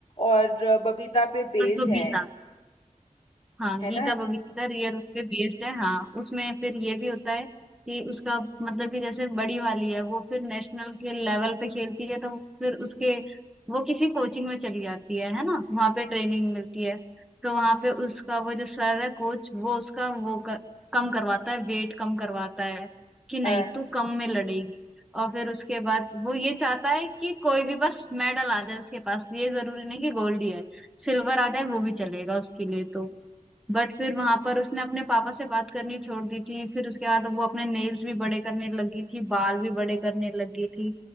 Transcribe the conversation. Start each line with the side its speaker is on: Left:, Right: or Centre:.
Left: और अ, बबीता पे बेस्ड
Centre: तत्व बीता
Left: हैं
Centre: हाँ
Left: है
Centre: गीता बबीता रियल पे बेस्ड है हाँ उसमें फिर ये भी होता है कि उसका मतलब कि जैसे बड़ी वाली है वो फिर नेशनल के लेवल पे खेलती है तो फिर उसके वो किसी कोचिंग में चली जाती है है ना वहाँ पे ट्रेनिंग मिलती है तो वहाँ पे उसका वो जो सर है कोच वो उसका वो कर, कम करवाता है वेट कम करवाता है कि नहीं
Left: ना
Centre: तू कम में लड़ेगी और फिर उसके बाद वो ये चाहता है कि कोई भी बस मेडल आ जाए उसके पास ये जरूरी नहीं कि गोल्ड ही है सिल्वर आ जाए वो भी चलेगा उसके लिए तो बट फिर वहां पर उसने अपने पापा से बात करनी छोड़ दी थी फिर उसके बाद वो अपने नेल्स भी बड़े करने लगी थी बाल भी बड़े करने लगी थी